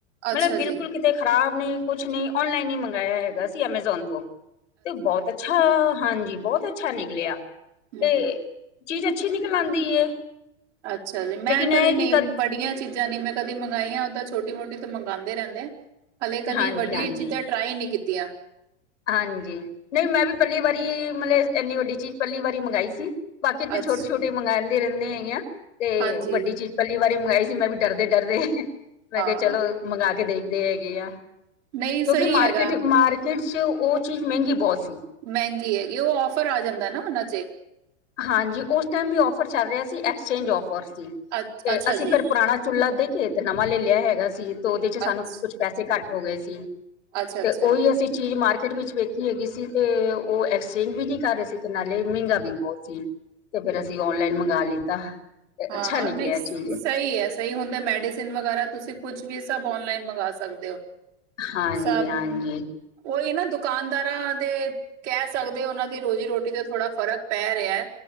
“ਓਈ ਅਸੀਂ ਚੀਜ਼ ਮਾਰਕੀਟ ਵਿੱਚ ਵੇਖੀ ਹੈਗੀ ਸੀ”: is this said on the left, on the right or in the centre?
Left